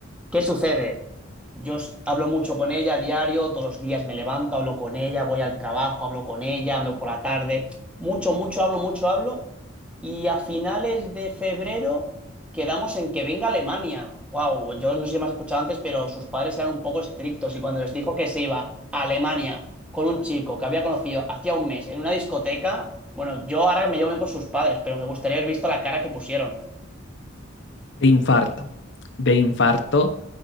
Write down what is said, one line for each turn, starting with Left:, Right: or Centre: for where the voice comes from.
Centre: ¿Qué sucede? Yo s- hablo mucho con ella a diario, todos los días me levanto, hablo con ella, voy al trabajo, hablo con ella, me voy por la tarde. Mucho, mucho hablo, mucho hablo. Y a finales de febrero. Quedamos en que venga Alemania. Wow, yo no sé si me has escuchado antes, pero sus padres eran un poco estrictos y cuando les dijo que se iba a Alemania con un chico que había conocido hacía un mes en una discoteca, bueno, yo ahora me llevo bien con sus padres, pero me gustaría haber visto la cara que pusieron.
Left: de infarto, de infarto,